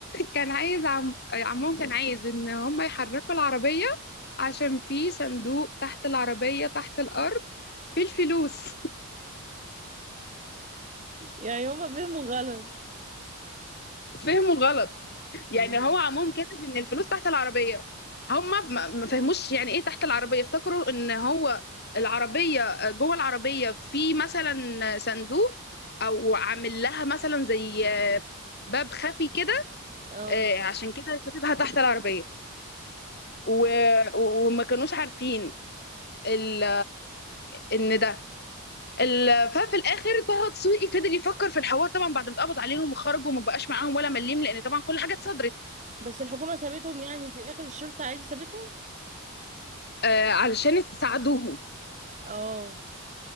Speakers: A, on the left; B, on the right.
A: كان عايز عم عمهم كان عايز ان هم يحركوا العربية عشان في صندوق تحت العربية تحت الأرض في الفلوس
B: يعني هما فهموا غلط
A: فهموا غلط يعني
B: مم.
A: هو عمهم كاتب ان الفلوس تحت العربيه هم ما ما فهموش يعني ايه تحت العربيه افتكروا ان هو العربيه جوه العربيه في مثلا صندوق او عامل لها مثلا زي باب خفي كده
B: اه
A: آه، عشان كده كاتبها تحت العربيه و... وما كانوش عارفين ال... ان ده ال... ففي الاخر طه دسوقي فضل يفكر في الحوار طبعا بعد ما اتقبض عليهم وخرجوا وما بقاش معاهم ولا مليم لان طبعا كل حاجه اتصدرت
B: بس الحكومة سابتهم يعني في الاخر الشرطة عادي سابتهم
A: آه علشان تساعدوهم
B: اه